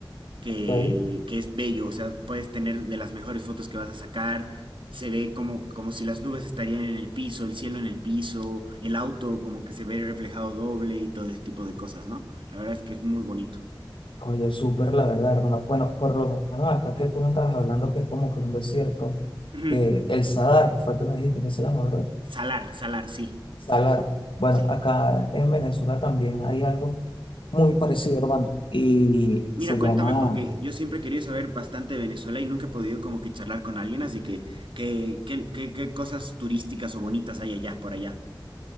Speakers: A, on the right; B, on the left.
A: que,
B: ok.
A: que es bello, o sea, puedes tener de las mejores fotos que vas a sacar, se ve como, como si las nubes estarían en el piso, el cielo en el piso, el auto como que se ve reflejado doble y todo ese tipo de cosas, ¿no? La verdad es que es muy bonito.
B: Oye, súper, la verdad, hermano. Bueno, por lo menos acá que tú me estabas hablando que es como que un desierto,
A: Ujú.
B: que el Sadar, fue que me dijiste que se llama, ¿verdad?
A: Salar, Salar, sí,
B: Salar. Bueno,
A: sí.
B: acá en Venezuela también hay algo muy parecido, hermano, y
A: Mira,
B: se
A: cuéntame,
B: llama
A: porque yo siempre he querido saber bastante de Venezuela y nunca he podido como que charlar con alguien, así que, ¿qué, qué, qué, qué cosas turísticas o bonitas hay allá, por allá?